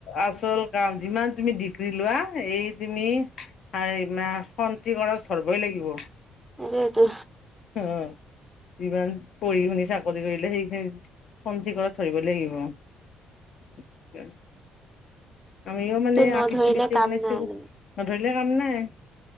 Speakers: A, on the left; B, in the centre.
A: আচল অ যিমান তুমি ডিগ্ৰী লোৱা এই তুমি হাই না খন্তি গৰছ ধৰবই লাগিব।
B: তাকেইতো
A: হয় যিমান পঢ়ি শুনি চাকৰি কৰিলেও সেইখিনি ফোন ঠিকত ধৰিব লাগিব। <inaudible> আমিও মানে
B: তো নধৰিলে
A: আঁপিচিলিতি
B: কাম
A: মানে বনাইছোঁ
B: নাই মানে।
A: নধৰিলে কাম নাই।